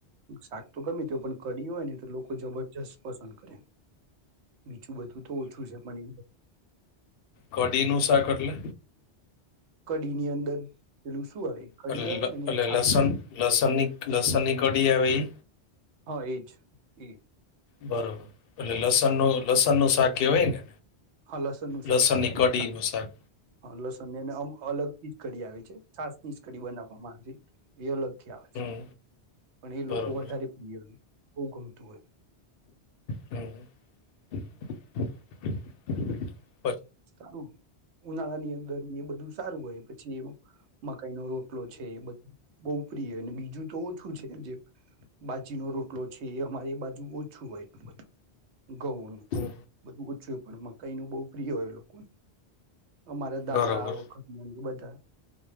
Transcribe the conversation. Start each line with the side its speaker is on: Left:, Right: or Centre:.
Right: શાક તો ગમે તે હોય પણ કઢી હોય ને તો લોકો જબરજસ્ત પસંદ કરે. બીજું બધું તો ઓછું છે. પણ એ
Left: કઢી નું શાક એટલે?
Right: કઢીની અંદર પેલું શું આવે કઢી
Left: એટલે લ
Right: આવે
Left: એટલે
Right: એની છાસ
Left: લસન, લસણની, લસણની કઢી આવે એ?
Right: હા એજ એ
Left: બરોબર. એટલે લસણનું,
Right: અને
Left: લસણનું શાક કેહવાય ને?
Right: હા, લસણ નું શાક
Left: લસણની
Right: કહેવાયને.
Left: કઢીનું શાક
Right: હા, લસણને આમ અલગ થી જ કઢી આવે છે. છાસ ની જ કઢી બનાવવામાંમાં આવે છે એ અલગ થી આવે
Left: હમ
Right: છે. પણ એ
Left: બરોબર
Right: લોકો વધારે પ્રિય. બહુ ગમે. તો <unintelligible>
Left: હમ <inaudible>
Right: સારું ઉનાળા ની અંદર એ બધું સારું હોય પછી મકાઈ નો રોટલો છે એ બધ બહુ પ્રિય અને બીજું તો ઓછું છે જે બાજીનોો રોટલો છે એ અમારે બાજુ ઓછું હોય એટલું બધું ગૌનું
Left: હમ
Right: બધું ક પણ મકાઈ નું બહુ પ્રિય હોય લોકોને. અમારે દાદા
Left: બરોબર
Right: વખત ના બધા